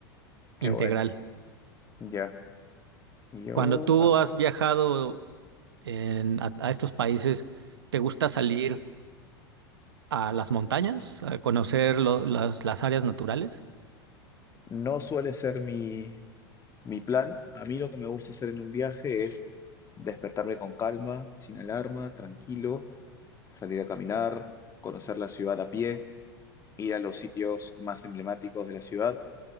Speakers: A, on the left (about 25°); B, on the right (about 75°).
A: Qué
B: integral.
A: bueno. Ya, yo
B: Cuando tú
A: a ver,
B: has viajado en- a, a estos países, ¿te gusta salir a las montañas, a conocer lo- las, las áreas naturales?
A: no suele ser mi, mi plan. A mí lo que me gusta hacer en un viaje es despertarme con calma, sin alarma, tranquilo, salir a caminar, conocer la ciudad a pie. ir a los sitios más emblemáticos de la ciudad,